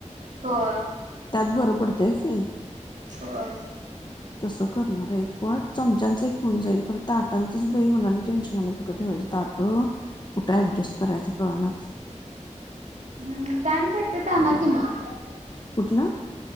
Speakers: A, on the right; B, on the left.
A: होय
B: त्यात बरं पडतंय की नाही
A: होय
B: तसं करणार एक पॉट चमचाचं एक होऊन जाईल, खर ताटांचच बाई मला लई टेन्शन मला कुठ ठेवायची ताट? कुठे ॲडजस्ट करायच? कळनाच
A: मग स्टँड भेटत्यात आणा की मग
B: कुठलं?